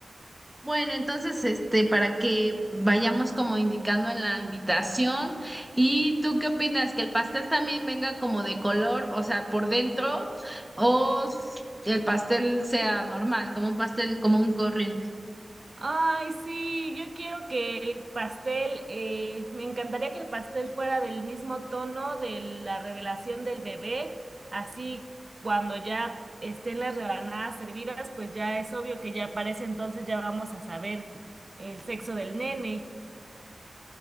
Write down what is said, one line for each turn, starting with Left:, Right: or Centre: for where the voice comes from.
Centre: Bueno, entonces, este, para que vayamos como indicando en la invitación. ¿Y tú qué opinas? ¿Que el pastel también venga como de color, o sea, por dentro, o s- el pastel sea normal, como un pastel, como un corriente?
Right: Ay, sí, yo quiero que el pastel, eh, me encantaría que el pastel fuera del mismo tono de la revelación del bebé, así cuando ya estén las rebanadas servidas, pues ya es obvio que ya para ese entonces ya vamos a saber el sexo del nene.